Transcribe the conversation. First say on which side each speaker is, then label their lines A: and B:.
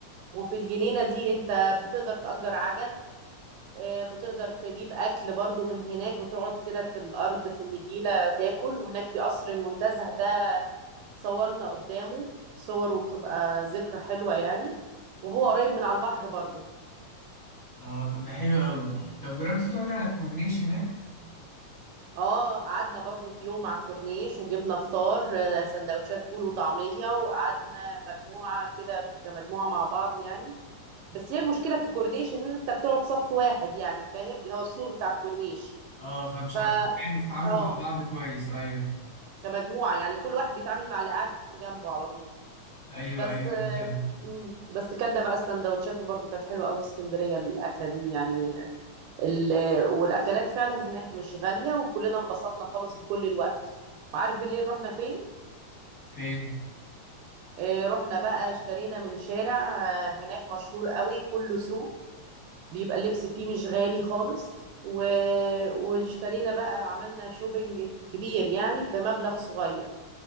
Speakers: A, on the right; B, on the left.
A: وفي الجنينه دي انت بتقدر تأجر عجل آه، بتقدر تجيب اكل برضو من هناك وتقعد كده في الارض في النجيله تاكل وهناك في قصر المنتزه ده صورنا قدامه صور وبتبقى ذكرى حلوه يعني وهو قريب من على البحر برضو
B: اه طب ده حلو قوي طب جربتي تقعدي على الكورنيش هناك
A: اه قعدنا برضو في يوم على الكورنيش وجبنا فطار آه، سندوتشات فول وطعمية وقعدنا مجموعة كده كمجموعة مع بعض يعني بس هي المشكلة في الكورنيش ان انت بتقعد صف واحد يعني فاهم اللي هو السور بتاع الكورنيش
B: اه فمش
A: ف
B: عارفين يعني تتعاملوا
A: اه
B: مع بعض كويس ايوه
A: كمجموعة يعني كل واحد بيتعامل مع اللي قاعد في جنبه على طول
B: ايوه
A: بس
B: ايوه
A: آه،
B: أنا فاهم.
A: مم، بس كان ده بقى السندوتشات وبرضو كانت حلوة قوي في اسكندرية الأكلة دي يعني ال- والاكلات فعلا هناك مش غاليه وكلنا انبسطنا خالص بكل الوقت وعارف بالليل رحنا فين
B: فين
A: آه، رحنا بقى اشترينا من شارع آه، هناك مشهور قوي كله سوق بيبقى اللبس فيه مش غالي خالص و... واشترينا بقى عملنا شوبينج كبير يعني بمبلغ صغير